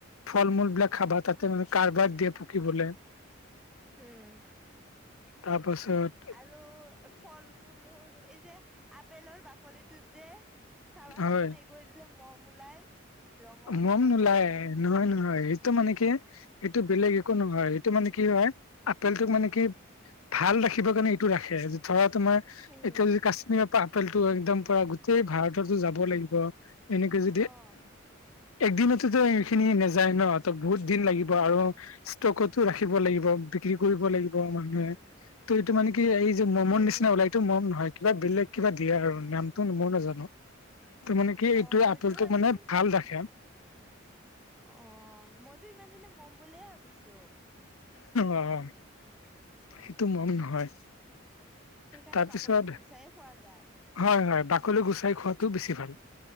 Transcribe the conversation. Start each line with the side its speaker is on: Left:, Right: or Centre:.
Left: ফল মূল বিলাক খাবা তাতে মানে কাৰবাৰ দিয়ে পকিবলে।
Centre: হুম।
Left: তাৰপাছত
Centre: আৰু ফল মূলৰ এই যে আপেলৰ বাকলিটোত যে চাবাচোন
Left: হয়
Centre: এই কৰি দিলে ম'ম ওলাই। ৰঙৰ
Left: মম
Centre: কাৰণে
Left: নোলায়, নহয় নহয় এইটো মানে কি এইটো বেলেগ একো নহ হয়, এইটো মানে কি হয় আপেলটোক মানে কি ভাল ৰাখিব কাৰণে এইটো ৰাখে। ধৰা তোমাৰ
Centre: উম,
Left: এতিয়া যদি কাশ্মীৰ পৰা আপেলটো একদম পোৰা গোটেই ভাৰততো যাব লাগিব। এনেকে যদি
Centre: অ',
Left: একদিনততো এইখিনি নাযায় ন? ত' বহুত দিন লাগিব আৰু। ষ্টকতো ৰাখিব লাগিব বিক্ৰী কৰিব লাগিব, মানুহে ত' এইটো মানে কি এই মমৰ
Centre: উম।
Left: নিচিনা ওলাইতো মম নহয় কিবা বেলেগ কিবা দিয়ে আৰু নামটো ময়ো নাজানোঁ। এইতো মানে কি
Centre: অ',
Left: এইটো
Centre: মইতো
Left: আঁপেলটোক
Centre: আজি
Left: মানে ভাল ৰাখে।
Centre: অ', মইতো ইমান দিনে মম বুলিয়ে ভাবিছোঁ।
Left: অ', সেইটো মম নহয়।
Centre: সেইকাৰণে
Left: তাৰপিছত
Centre: বাকলিতো গুচায়ে খোৱা যায়।
Left: হয়, হয়, বাকলি গুচাই খোৱাটো বেছি ভাল।